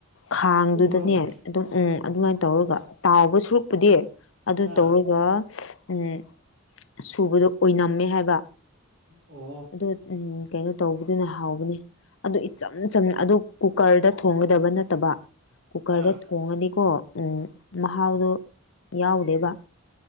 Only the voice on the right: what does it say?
ꯎ ꯃꯣꯔꯣꯛꯂꯣ
ꯑꯥ
ꯑꯣ
ꯑꯥ